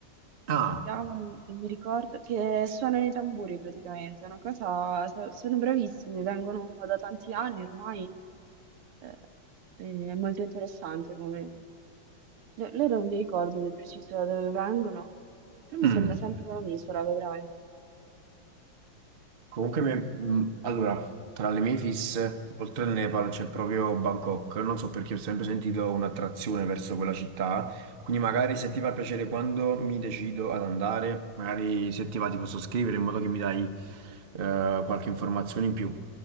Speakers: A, on the right; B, on the right.
A: Ah,
B: si chiamano, non mi ricordo, che suonano i tamburi praticamente, è una cosa, so- sono bravissimi, vengono da tanti anni ormai, eh, è molto interessante come... Loro non mi ricordo di preciso da dove vengono, però mi
A: mm.
B: sembra sempre un'isola, vedrai.
A: Comunque, me- mh, allora, tra le mie fisse, oltre al Nepal c'è proprio Bangkok. Non so perché ho sempre sentito un'attrazione verso quella città. Quindi, magari se ti fa piacere quando mi decido ad andare, magari se ti va ti posso scrivere in modo che mi dai eh, qualche informazione in più